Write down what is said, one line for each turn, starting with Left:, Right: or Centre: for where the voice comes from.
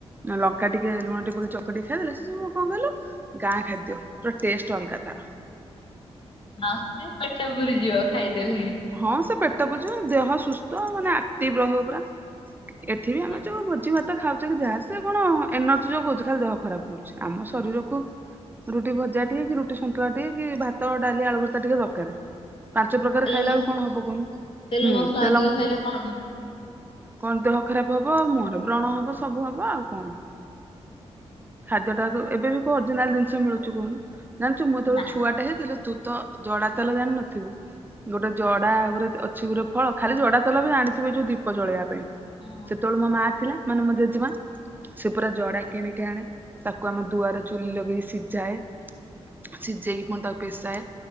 Right: ଲଙ୍କା ଟିକେ ଲୁଣ ଟିକେ ପକେଇ ଚ କଟିକି ଖାଇଦେଲେ ସେ ସବୁ କଣ କିଲ ଗାଁ ଖାଦ୍ୟ ପୁରା ଟେଷ୍ଟ ଅଲଗା ତାର।
Left: ମାସେ ପେଟ ପୁରିଯିବ ଖାଇଦେଲେ।
Right: ହଁ ସେ ପେଟ ପୁରିଯିବ ଦେହ ସୁସ୍ଥ ମାନେ ଆକ୍ଟିଭ ରହିବ ପୁରା। ଏଠି ବି ଆମେ
Left: ହଁ
Right: ଯୋଉ ଭୋଜି ଭା ଖାଉଛ ଯାହା ସେ କଣ ଏନର୍ଜି ଯୋଗଉଛି ଖାଲି ଦେହ ଖରାପ କରୁଛି ଆମ ଶରୀର କୁ ରୁଟି ଭଜା ଟିକେ କି ରୁଟି ଶନ୍ତୁଳା ଟିକେ କି ଭାତ ଡାଲି ଆଳୁ ଭର୍ତ୍ତା ଟିକେ ଦରକାର ପାଞ୍ଚ ପ୍ରକାର
Left: ତେଲ
Right: ଖାଇଲା
Left: ମସଲା
Right: ବେଳକୁ କଣ ହବ କୁହୁନୁ।
Left: ତେଲ
Right: ହୁଁ
Left: ମସଲା
Right: ତେଲ
Left: ଅଧିକ ଖାଇଲେ କଣ
Right: କଣ ଦେହ ଖରାପ ହବ ମୁହଁରେ ବ୍ରଣ ହବ ସବୁ ହବ ଆଉ କଣ। ଖାଦ୍ୟ ଟାକୁ ଏବେ ବି କଉ ଅରିଜିନାଲ ଜିନିଷ ମିଳୁଛି କହୁନୁ। ଜାଣିଛୁ ମୁଁ ଯେତେବେଳେ
Left: ନା
Right: ଛୁଆଟେ ହେଇଥିଲି ତୁ ତ ଜଡା ତେଲ ଜାଣିିନଥିବୁ। ଗୋଟେ ଜଡା ଗୋରେ ଅଛି ଗୋଟେ ଫଳ ଖାଲି ଜଡା ତଲ ବି ଜାଣିଥିବୁ ଯୋଉ ଦୀପ ଜଳେଇବା ପାଇଁ।
Left: ହଁ।
Right: ସେତେବେଳେ ମୋ ମା ଥିଲା ମାନେ ମୋ ଯେଯେମା ସେ ପୁରା ଯଡା କିଣିକି ଆଣେ ତାକୁ ଆମ ଦୁଆରେ ଚୁଲି ଲଗେଇ ସିଝାଏ ସିଝେଇକି ପୁଣି ତାକୁ ପିସାଏ